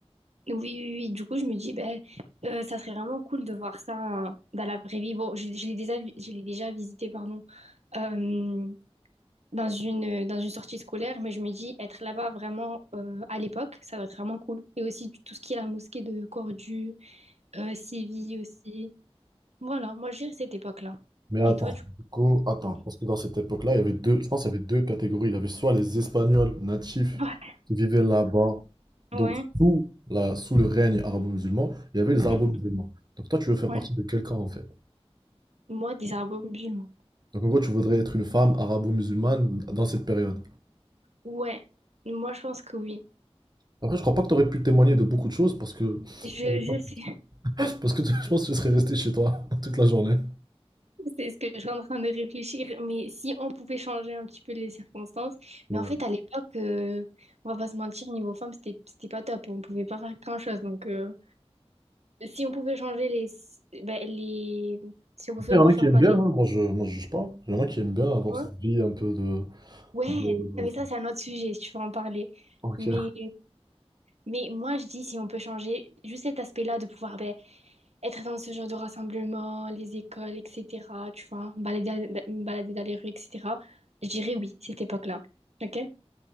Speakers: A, on the right (about 85°); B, on the right (about 40°).
A: Oui, oui, oui. Du coup, je me dis, ben, euh, ça serait vraiment cool de voir ça dans la vraie vie. Bon, je, je l'ai déjà, vi- je l'ai déjà visité, pardon. Euh, dans une, euh, dans une sortie scolaire, mais je me dis être là-bas vraiment euh, à l'époque, ça doit être vraiment cool. Et aussi tout ce qui est la mosquée de Cordoue, euh, Séville aussi. Voilà, moi je dirais cette époque-là.
B: Mais attends,
A: Et toi, du coup?
B: du coup, attends,
A: <laughs>
B: parce que dans cette époque-là, il y avait deux, je pense qu'il y avait deux catégories. Il y avait soit les Espagnols natifs
A: Ouais.
B: qui vivaient là-bas, donc
A: Ouais.
B: sous la, sous le règne arabo-musulman, il y avait les arabo-musulmans.
A: Mhm.
B: Donc toi, tu veux faire
A: Ouais.
B: partie de quel camp en fait?
A: Moi, des arbres musulmans.
B: Donc en gros, tu voudrais être une femme arabo-musulmane dans cette période.
A: Ouais, moi je pense que oui.
B: Après, je crois pas que tu aurais pu témoigner de beaucoup de choses parce que
A: Je,
B: <laughs>
A: je sais,
B: parce que tu- je pense que tu serais resté chez toi <laughs> toute la journée.
A: <laughs> c'est ce que je suis en train de réfléchir, mais si on pouvait changer un petit peu les circonstances.
B: Ouais.
A: Mais en fait, à l'époque, euh, on va pas se mentir, niveau femme, c'était, c'était pas top. On pouvait pas faire grand-chose, donc euh, Si on pouvait changer les, ben, les... Si on pouvait
B: Après,
A: reformater,
B: il y en a qui aiment bien, hein. Moi je moi je juge pas. Il y en a qui aiment bien avoir
A: tu vois?
B: cette vie un peu de,
A: Ouais,
B: de- de-
A: mais ça, c'est un autre sujet, si tu veux en parler.
B: Ok.
A: Mais, mais moi, je dis, si on peut changer juste cet aspect-là de pouvoir ben, être dans ce genre de rassemblement, les écoles, etc., tu vois, me balader, me balader dans les rues, etc., je dirais oui, cette époque-là. OK?